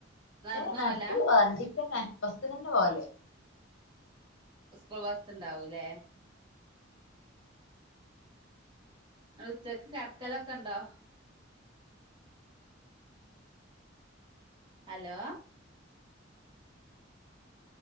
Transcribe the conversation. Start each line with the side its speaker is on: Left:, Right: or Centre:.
Right: നടന്നു
Left: ഏ നടക്കല്ല
Right: പോവലാ
Left: വ വണ്ടിക്കന്നെ ബസ്ന ന്നെ പോവല്
Right: സ്കൂൾ ബസ്സ് ഉണ്ടാവു ലേ ങ്ങള് ഉച്ചക്ക് കടക്കലൊക്കെ ണ്ടോ? ഹലോ